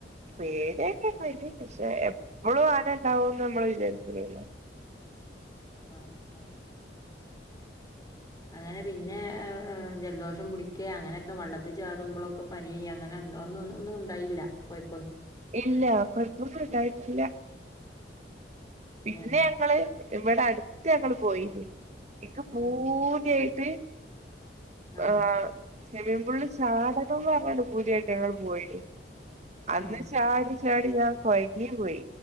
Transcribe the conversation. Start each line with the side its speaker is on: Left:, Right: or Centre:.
Right: പേട്യെക്കെണ്ടെയിനി പക്ഷേ എപ്പളും ആനണ്ടാവുന്നമ്മള് വിചാരിക്കുലല്ലോ
Left: ആ അ അങ്ങനെ പിന്നെ ഏ ജലദോഷം പിടിക്കേ അങ്ങനെക്കോ വള്ളത്തി ചാടുമ്പളൊക്കെ പനി അങ്ങന ഒന്നു ഒന്നും ഒന്നുണ്ടായില്ല കൊയ്
Right: ഇല്ല കൊയപ്പൊന്ന് ഇണ്ടായിട്ടില്ല പിന്നെയങ്ങള്
Left: ഏ
Right: ഇവിടെ അടുത്ത് ഞങ്ങള് പോയിനി ഇന്ക് പൂത്യയിട്ട്
Left: ആ ആഹ്
Right: ആ സിമ്മി പൂൾ ചാടണം ന്ന് പർഞ്ഞിട്ട് പൂത്യായിട്ട് ഞങ്ങള് പോയീനി അന്ന്
Left: ആഹ്
Right: ചാടി ചാടി ഞാൻ കൊയങ്ങി പോയി